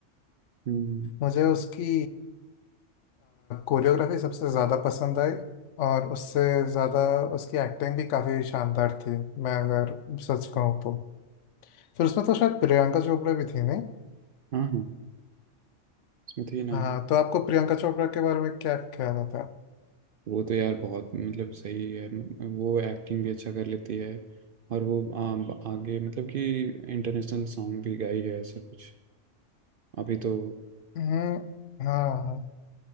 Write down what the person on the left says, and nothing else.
मुझे उसकी कोरियोग्राफी सबसे ज़्यादा पसंद आई और उससे ज़्यादा उसकी एक्टिंग भी काफ़ी शानदार थी मैं अगर सच कहूँ तो फिर उसमें तो शायद प्रियंका चोपड़ा भी थी नहीं
हाँ तो आपको प्रियंका चोपड़ा के बारे में क्या ख्याल होता है
हम्म, हाँ हाँ